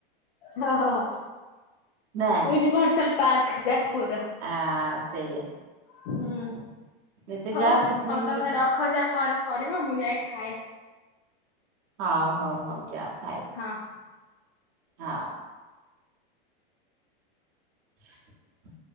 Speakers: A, on the left; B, on the right.
A: ହ ହ ହ
B: ନା
A: ୟୁନଭର୍ସଲ ପାର୍କ ଯାଜପୁର।
B: ଆ ସେଇଆ।
A: ହୁଁ
B: ଯେତେ
A: ହଉ
B: ଯାଉ କିଛି
A: ହଉ
B: ନା କିଛି
A: ତମେ ରଖ ଯା କରିବ ମୁଁ ଯାଇ ଖାଏ।
B: ହାଉ ହଉ ହଉ ଯାଅ।
A: ହଁ।
B: ହଁ। <inaudible>